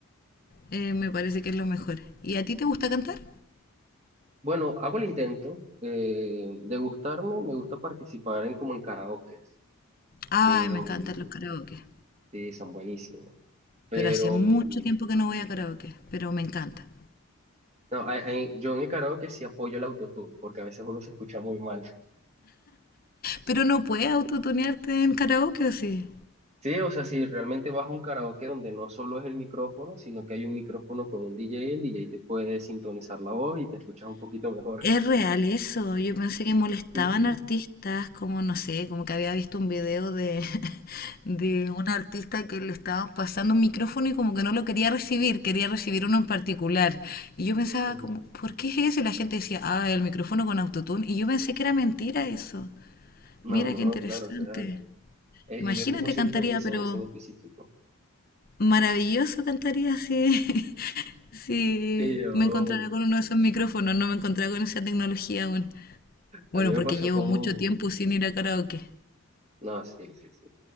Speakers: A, on the left; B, on the right.
A: eh, me parece que es lo mejor. ¿Y a ti te gusta cantar?
B: Bueno, hago el intento eh, de gustarme, me gusta participar en como en karaokes,
A: Ay,
B: pero
A: me encantan
B: mm,
A: los karaoke.
B: sí, son buenísimos. Pero
A: Pero hace mucho
B: mm,
A: tiempo que no voy a karaoke, pero me encanta.
B: no, hay- hay- yo en el karaoke sí apoyo el autotune, porque a veces uno se escucha muy mal.
A: Pero no puedes autotunearte en karaoke, ¿o sí?
B: Sí, o sea, si realmente vas a un karaoke donde no solo es el micrófono, sino que hay un micrófono con un DJ, el DJ te puede sintonizar la voz y te escuchas un poquito mejor.
A: Es
B: <laughs>
A: real eso. Yo pensé que molestaban
B: Sí, sí.
A: artistas, como no sé, como que había visto un video de, <laughs> de un artista que le estaba pasando un micrófono y como que no lo quería recibir, quería recibir uno en particular. Y yo pensaba
B: Mm.
A: como, ¿por qué es eso? Y la gente decía, ah, el micrófono con autotune. Y yo pensé que era mentira eso.
B: No,
A: Mira
B: no,
A: qué interesante.
B: claro, es real. E-
A: Imagínate,
B: ellos mismos sintonizan
A: cantaría, pero
B: ese en específico.
A: maravilloso cantaría si, <laughs> si
B: Sí, yo.
A: me encontrara con uno de esos micrófonos. No me encontraba con esa tecnología aún. Bueno,
B: A mí me
A: porque
B: pasó
A: llevo
B: con...
A: mucho tiempo sin ir a karaoke.
B: No, sí, sí, sí.